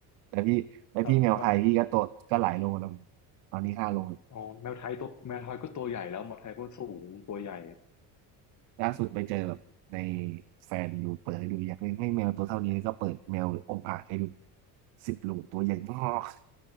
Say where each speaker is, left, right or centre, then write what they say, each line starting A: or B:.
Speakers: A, on the right; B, on the left.
A: แต่พี่แต่พี่แมวไทยพี่ก็ตัวก็หลายโลแล้ว
B: <laughs> ครับมัน
A: ตอนนี้ห้าโล
B: อ๋อแมวไทยตัวแมวไทยก็ตัวใหญ่แล้วแมวไทยก็สูงตัวใหญ่
A: ล่าสุดไปเจอแบบในแฟนดูเปิดให้ดูอยากเลี้ยงให้แมวตัวเท่านี้ก็เปิดแมวองอ่าจให้ดูสิบโลตัวใหญ่มาก